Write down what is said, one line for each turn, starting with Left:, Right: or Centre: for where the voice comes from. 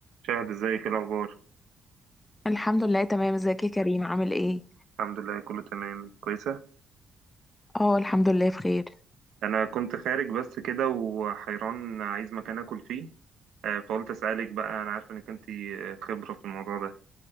Right: شاهد ازيك ايه الاخبار
Left: الحمد لله تمام ازيك يا كريم عامل ايه
Right: الحمد لله كله تمام كويسه
Left: اه الحمد لله بخير
Right: انا كنت خارج بس كده وحيران عايز مكان اكل فيه آه، فقلت اسالك بقى انا عارف انك انت خبره في الموضوع ده